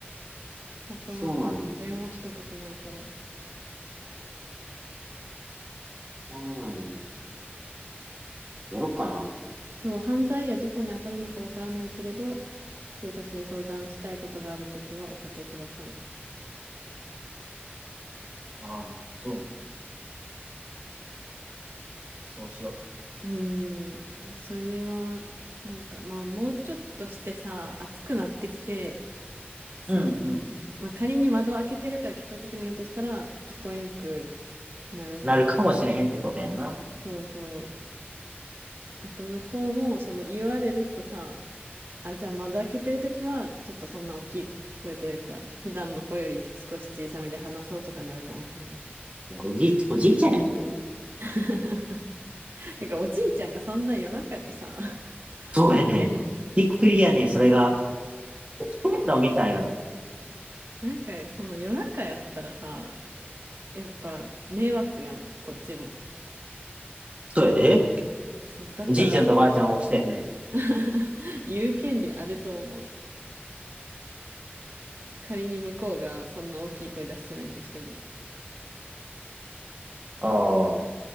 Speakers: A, on the right; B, on the right.
A: わからんけど。
B: そうなんよ。
A: 電話したことないから。
B: そうなんよ。やろっかな。
A: そう、犯罪や事故に当たるのかわからないけれど、警察に相談したいことがあるときはおかけください。
B: ああ、そうね。そうしよ
A: うーん、それは、なんかまあ、もうちょっとしてさ、暑くなってきて、その、
B: う。うんうん。
A: まあ、仮に窓開けてるから聞こえてくるんやとしたら、聞こえんくなるかもしれないし。
B: なるかもしれへんってことやんな。
A: そうそう。あと向こうも、その言われるとさ、あ、じゃあ窓開けてるときは、ちょっとそんな大きい声というか、普段の声より少し小さめで話そうとかなるかもしれないし。
B: おじい、おじいちゃんやけど。
A: <laughs> てか、おじいちゃんがそんな夜中にさ、<laughs>
B: そうやね。
A: 起きてんの
B: びっくりやね。それが。起きてんのみたいなの。
A: なんか、その夜中やったらさ、やっぱ迷惑やん、こっちも。
B: そうやで。
A: すだから
B: じいちゃんとばあちゃん起きてんね。
A: <laughs> 言う権利あると思う。仮に向こうがそんな大きい声出してないとしても。
B: ああ。